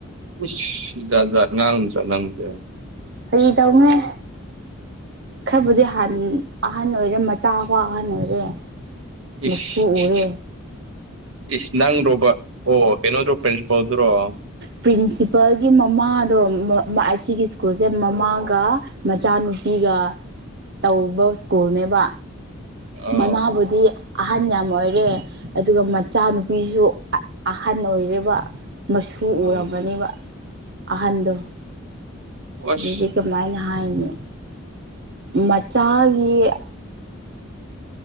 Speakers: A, on the right; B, on the right.
A: ꯏꯁ ꯖꯥꯠ ꯖꯥꯠ <unintelligible> ꯅꯪꯗꯤ
B: ꯐꯒꯤ ꯇꯧꯕꯅꯦ ꯈꯔꯕꯨꯗꯤ ꯍꯥꯟ ꯑꯍꯟ ꯑꯣꯏꯔꯦ ꯃꯆꯥ ꯄꯥ ꯑꯍꯟ ꯑꯣꯏꯔꯦ
A: ꯑꯁ
B: ꯃꯁꯨ ꯎꯔꯦ
A: ꯏꯁ ꯅꯪ ꯔꯣꯕ ꯑꯣ ꯀꯩꯅꯣꯗ꯭ꯔꯣ <unintelligible>
B: ꯄ꯭ꯔꯤꯟꯁꯤꯄꯜꯒꯤ ꯃꯃꯥꯗꯣ ꯑꯩ ꯁꯤꯒꯤ ꯁ꯭ꯀꯨꯜꯁꯦ ꯃꯃꯥꯒ ꯃꯆꯥꯅꯨꯄꯤꯒ ꯇꯧꯕ ꯁ꯭ꯀꯨꯜꯅꯦꯕ
A: ꯑꯥ
B: ꯃꯃꯥꯕꯨꯗꯤ ꯑꯍꯟ ꯌꯥꯝ ꯑꯣꯏꯔꯦ ꯑꯗꯨꯒ ꯃꯆꯥꯅꯨꯄꯤꯖꯨ ꯑꯍꯟ ꯑꯣꯏꯔꯤꯕ ꯃꯁꯨ
A: ꯑꯥ
B: ꯎꯔꯕꯅꯦꯕ ꯑꯍꯟꯗꯣ
A: ꯑꯁ
B: ꯑꯗꯨꯗꯤ ꯀꯃꯥꯏꯅ ꯍꯥꯏꯅꯤ ꯃꯆꯥꯒꯤ